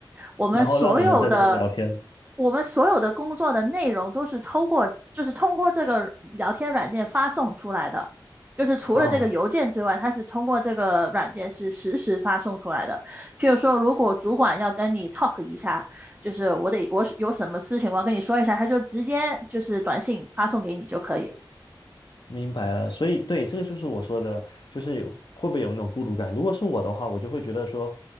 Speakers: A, on the right; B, on the left.
A: 我们所有的
B: 然后让你们在那边聊天
A: 我们所有的工作的内容都是通过就是通过这个聊天软件发送出来的，就是除了这个邮件之外，
B: 啊。
A: 它是通过这个软件是实时发送出来的。譬如说，如果主管要跟你 talk 一下，就是我得我有什么事情我要跟你说一下，他就直接就是短信发送给你就可以。
B: 明白了，所以对，这个就是我说的，就是会不会有那种孤独感？如果是我的话，我就会觉得说，